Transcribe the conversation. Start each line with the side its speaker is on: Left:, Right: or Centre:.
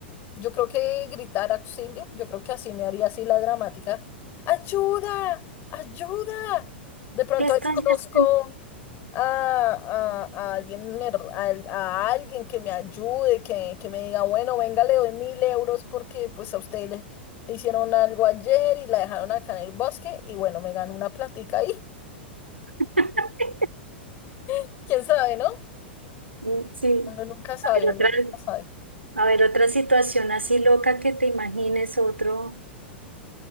Left: Yo creo que gritar auxilio, yo creo que así me haría así la dramática. ¡Ayuda! ¡Ayuda! De pronto
Right: ¿Qué estás
Left: ahí conozco.
Right: haciendo?
Left: a, a- a alguien, her- al- a, alguien que me ayude, que, que me diga, bueno, venga, le doy mil euros porque pues a usted le, le hicieron algo ayer y la dejaron acá en el bosque y bueno, me gano una platica ahí.
Right: <laughs>
Left: <laughs> ¿Quién sabe, no?
Right: Mm, Sí,
Left: Uno nunca sabe,
Right: a ver
Left: uno
Right: otra,
Left: nunca sabe.
Right: a ver otra situación así loca que te imagines otro.